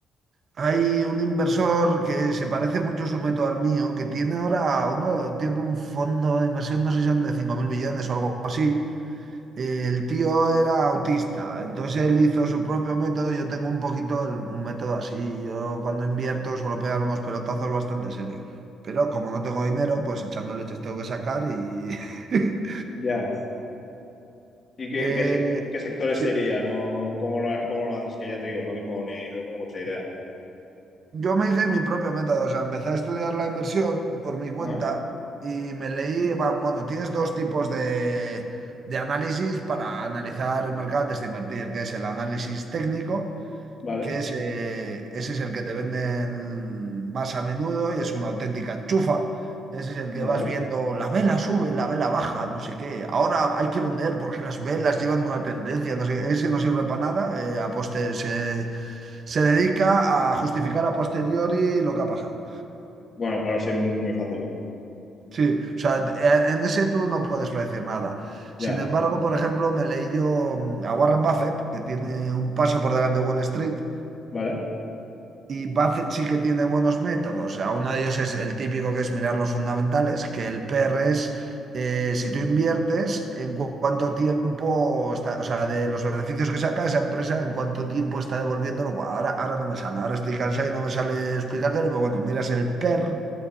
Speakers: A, on the right; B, on the left.
A: hay un inversor que se parece mucho su método al mío, que tiene ahora uno, tiene un fondo de inversión, no sé si son de 5.000 millones o algo así, eh, el tío era autista, entonces él hizo su propio método. Yo tengo un poquito el- un método así. Yo cuando invierto suelo pegar unos pelotazos bastante serios. Pero como no tengo dinero, pues echando leches tengo que sacar y... <laughs>
B: ya. ¿Y qué,
A: Eh,
B: en qué, sec- en qué sectores
A: sí,
B: sería? ¿No? ¿Cómo lo, ha- cómo lo haces? Que ya te digo, no tengo ni, no tengo mucha idea.
A: sí. Yo me hice mi propio método, o sea, empecé a estudiar la inversión por mi cuenta
B: Ajá,
A: y me leí, va, bueno, tienes dos tipos de, de análisis para analizar el mercado antes de invertir, que es el análisis técnico
B: vale,
A: que ese, ese es el que te venden más a menudo y es una auténtica chufa. Ese es el
B: vale.
A: que vas viendo, la vela sube, la vela baja, no sé qué. Ahora hay que vender porque las velas llevan una tendencia, no sé, ese no sirve para nada. eh, a poste- se, se dedica a justificar a posteriori lo que ha pasado.
B: Bueno, claro, sí, es muy, muy fácil, ¿no?
A: Sí, o sea, e- en ese tú no puedes predecir nada.
B: Ya,
A: Sin embargo, por ejemplo, me leí yo mm, a Warren Buffett, que tiene un paso por delante de Wall Street,
B: vale,
A: Y Buffett sí que tiene buenos métodos. O sea, uno de ellos es el típico que es mirar los fundamentales, que el PR es eh, si tú inviertes, en cu- cuánto tiempo está, o sea, de los beneficios que saca esa empresa, en cuánto tiempo está devolviéndolo. Buah, ahora, ahora no me sale, ahora estoy cansado y no me sale explicártelo, pero bueno, miras el PER